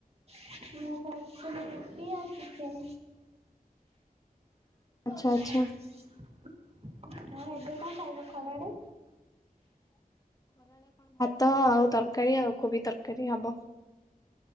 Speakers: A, on the right (about 40°); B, on the left (about 25°).
A: ମୁଁ ଖାଇଥିଲି ରୁଟି ଆଉ ଚିକେନ।
B: ଆଚ୍ଛା
A: <inaudible>
B: ଆଚ୍ଛା।
A: ଆଉ ଏବେ କଣ ଖାଇବ ଖରାଳେ
B: ତ ଆଉ ତରକାରୀ ଆଉ କୋବି ତରକାରୀ ହବ